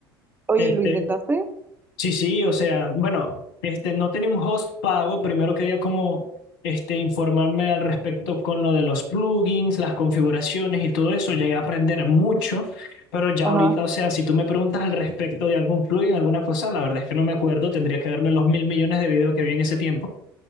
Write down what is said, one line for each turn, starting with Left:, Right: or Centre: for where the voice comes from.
Right: Oye,
Left: Este,
Right: ¿y lo intentaste?
Left: Sí, sí, o sea, bueno, este, no tenía un host pago. Primero quería como este, informarme al respecto con lo de los plugins, las configuraciones y todo eso. Llegué a aprender mucho, pero ya
Right: Ajá.
Left: ahorita, o sea, si tú me preguntas al respecto de algún plugin, alguna cosa, la verdad es que no me acuerdo. Tendría que verme los mil millones de videos que vi en ese tiempo.